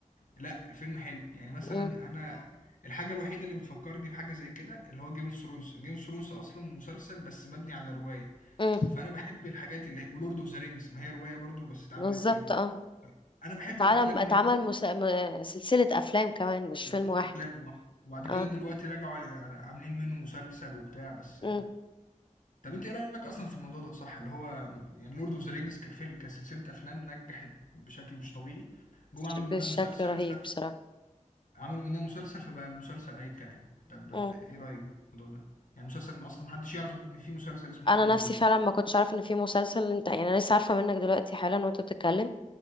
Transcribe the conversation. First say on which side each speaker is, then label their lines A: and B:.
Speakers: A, on the left; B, on the left.
A: لا الفيلم حلو يعني مثلا
B: مم،
A: انا الحاجة الوحيدة اللي بتفكرني بحاجة زي كده اللي هو جيم اوف ثرونز جيم اوف ثرونز اصلا مسلسل بس مبني على رواية
B: مم.
A: فانا بحب الحاجات اللي ولورد اوف ذا رينجز ما هي رواية برضو بس اتعملت
B: بالظبط
A: فيلم
B: اه
A: انا بحب
B: اتعلم
A: الافلام
B: اتعمل
A: اللي هي
B: مس... م- سلسلة أفلام كمان مش
A: سلسلة
B: فيلم واحد
A: أفلام اه وبعد كده
B: اه
A: دلوقتي رجعوا عاملين منه مسلسل وبتاع بس
B: امم
A: طب انت ايه رأيك اصلا في الموضوع ده صح اللي هو يعني لورد اوف ذا رينجز كفيلم كسلسلة افلام نجحت بشكل مش طبيعي جم عملوا
B: بشكل
A: منها مسلسل
B: رهيب بصراحة
A: عملوا منها مسلسل فبقى المسلسل اي كلام طب
B: امم
A: ايه رأيك بقى في الموضوع ده يعني مسلسل اصلا محدش يعرف ان في مسلسل اسمه
B: انا
A: لورد اوف
B: نفسي
A: ذا رينجز
B: فعلا ما كنتش عارفه ان في مسلسل انت يعني انا لسه عارفه منك دلوقتي حالا وانت بتتكلم